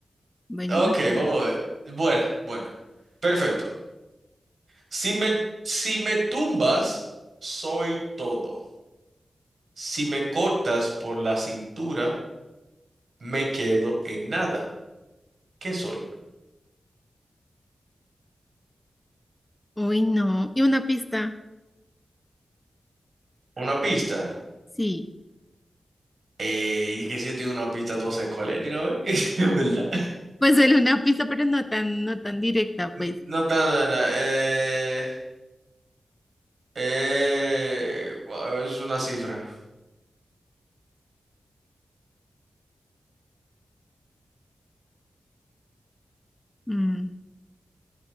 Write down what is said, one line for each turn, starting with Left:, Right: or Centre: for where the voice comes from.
Left: Bueno,
Right: Ok,
Left: pues, tú.
Right: vamos a ver. Buena, buena. Perfecto. Si me, si me tumbas, soy todo. Si me cortas por la cintura, me quedo en nada. ¿Qué soy?
Left: uy, no. Y una pista,
Right: Una pista.
Left: sí.
Right: Eh, que si yo te digo una pista, tú sabes cuál es, ¿no ves? <laughs> ¿En verdad?
Left: Pues solo una pista, pero no tan, no tan directa, pues.
Right: N- No tan... no, no, eh, Eh, guau, es una cifra.
Left: Mm,